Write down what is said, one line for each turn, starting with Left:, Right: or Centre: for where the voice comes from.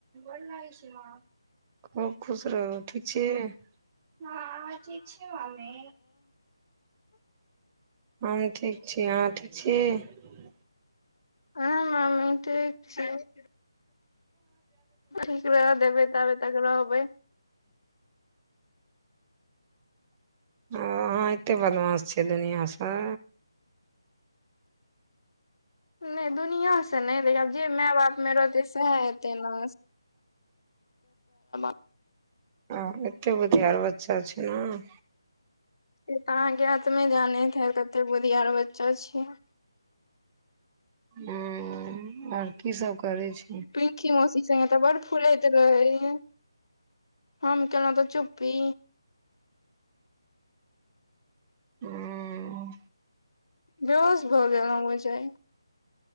Right: गोर लगै छी मां, खुब खुश रहु ठीक छी। हँ, अहां ठीक छी मम्मी। हम ठीक छी, अहाँ ठीक छी?
Left: हं मम्मी ठीक छी, ठीक रहऽ देबै तब तक रहबै।
Right: अहाँ एते बदमास छियै दुनिया से।
Left: नहि दुनिआँ से नहि, लेकिन आब जे माय बापमे रहतै सएह हेतै। तना <inaudible>
Right: अहां एते बुधियार बच्चा छलौं।
Left: से तऽ अहाँके आत्मे जानैत हैत कतेक बुधियार बच्चा छी हम।
Right: हुं और की सब करे छी।
Left: पिंकी मौसी से अहाँतऽ बड़ फुलैत रहैये। हम केलौ़ं तऽ चुप्पी?
Right: हूँ।
Left: दस बजैले होइ छै।